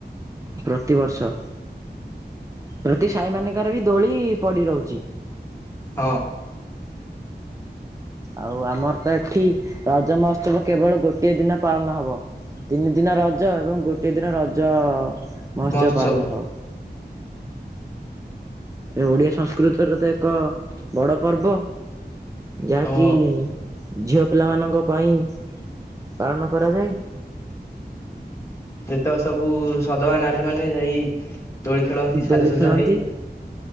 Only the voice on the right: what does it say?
ପ୍ରତିବର୍ଷ ପ୍ରତି ସାହିମାନିଙ୍କାରେ ବି ଦୋଳି ପଡି ରହୁଚି।
ଆଉ ଆମର ତ ଏଠି ରଜ ମହୋତ୍ସବ କେବଳ ଗୋଟିଏ ଦିନ ପାଳନ ହବ। ତିନି ଦିନ ରଜ ଏବଂ ଗୋଟେ ଦିନ ରଜ ମହୋତ୍ସବ
ପାଳନ ହବ। ଏ ଓଡିଆ ସଂସ୍କୃତିର ତ ଏକ ବଡ ପର୍ବ ଯାହାକି
ଝିଅ ପିଲାମାନଙ୍କ ପାଇଁ ପାଳନ କରାଯାଏ।
ଦୋଳି
ଖେଳନ୍ତି